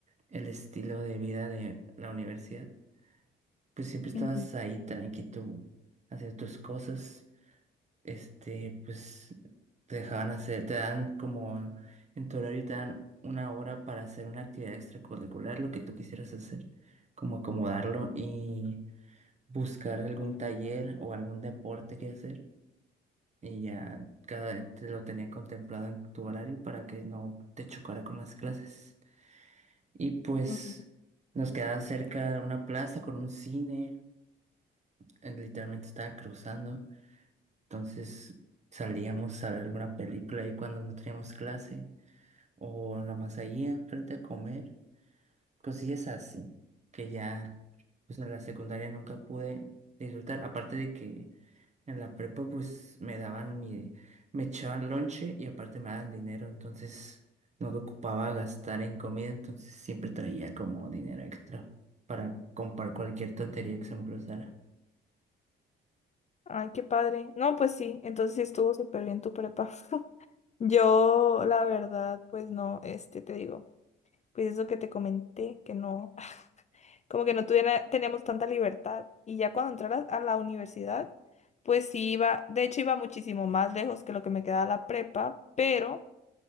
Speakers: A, on the right (about 35°); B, on the left (about 35°).
A: el estilo de vida de la universidad. Pues siempre estabas
B: Ujú,
A: ahí tranqui tú haciendo tus cosas. Este, pues te dejaban hacer, te dan como en tu horario te dan una hora para hacer una actividad extracurricular, lo que tú quisieras hacer, como acomodarlo y buscar algún taller o algún deporte que hacer. Y ya cada te lo tenían contemplado en tu horario para que no te chocara con las clases. Y pues
B: ujú.
A: nos quedaba cerca una plaza con un cine, eh, literalmente estaba cruzando, entonces salíamos a ver alguna película ahí cuando no teníamos clase o nomás allí enfrente a comer cosillas así, que ya pues en la secundaria nunca pude disfrutar, aparte de que en la prepa pues me daban mi, me echaban lonche y aparte me daban dinero, entonces no me ocupaba gastar en comida, entonces siempre traía como dinero extra para comprar cualquier tontería que se me cruzara.
B: Ay, qué padre. No, pues sí, entonces sí estuvo súper bien tu prepa. <laughs> Yo, la verdad, pues no, este, te digo. pues eso que te comenté, que no, <laughs> <sighs> como que no tuviera, teníamos tanta libertad. Y ya cuando entré a la, a la universidad, pues sí iba, de hecho iba muchísimo más lejos que lo que me quedaba la prepa, pero